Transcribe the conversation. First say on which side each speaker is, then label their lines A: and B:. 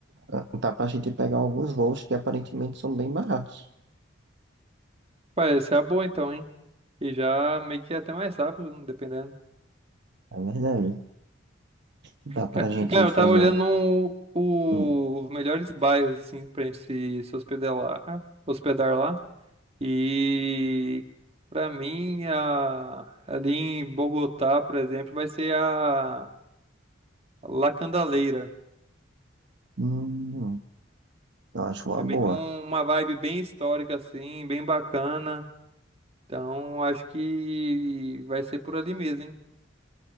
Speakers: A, on the right; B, on the right.
A: ah, dá pra gente pegar alguns voos que aparentemente são bem baratos.
B: <laughs> parece ser a boa então, hein? E já meio que é até mais rápido, dependendo.
A: É verdade. Dá pra
B: Ca-
A: gente
B: Cara,
A: fazer
B: eu tava olhando
A: algum.
B: um- o-
A: um
B: os melhores bairros, assim, pra gente se, se hospedar lá, hospedar lá. E pra mim, a- ali em Bogotá, por exemplo, vai ser a, a La Candaleira.
A: Hum, eu acho uma
B: É
A: boa.
B: meio que um- uma vibe bem histórica, assim, bem bacana. Então, acho que vai ser por ali mesmo, hein?